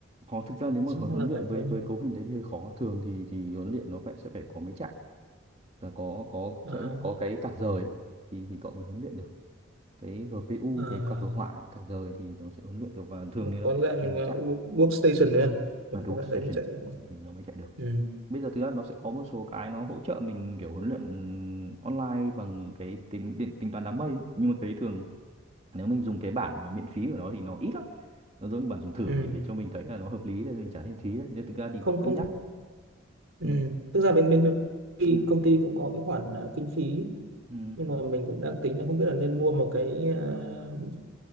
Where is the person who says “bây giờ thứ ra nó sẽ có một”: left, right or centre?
Right